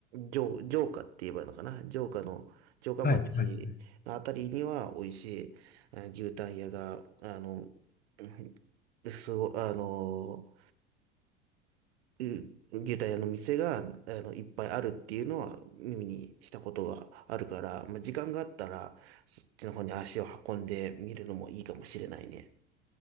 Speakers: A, on the right; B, on the left.
A: 城、城下って言えばいいのかな城下の、城下町のあたりには美味しい、
B: はい。はい。
A: あ牛タン屋が、あの、<laughs> うんすご、あの、うん牛タン屋の店が、あの、いっぱいあるっていうのは耳にしたことがあるから、まあ、時間があったら、そっちの方に足を運んでみるのもいいかもしれないね。